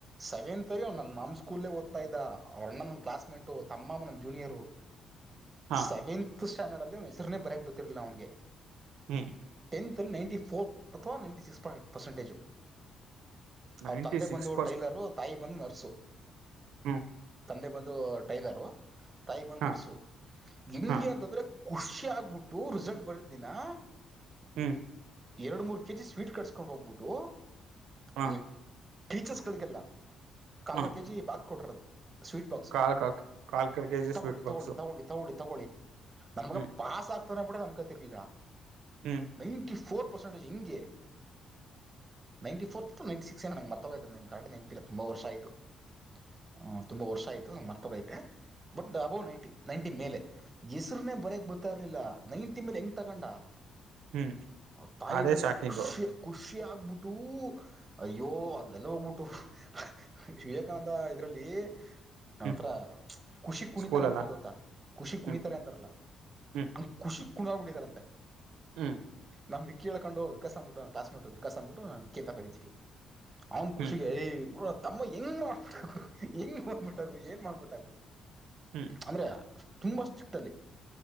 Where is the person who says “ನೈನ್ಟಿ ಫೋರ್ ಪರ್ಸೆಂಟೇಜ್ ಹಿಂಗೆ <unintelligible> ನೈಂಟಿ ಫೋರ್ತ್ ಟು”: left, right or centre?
Right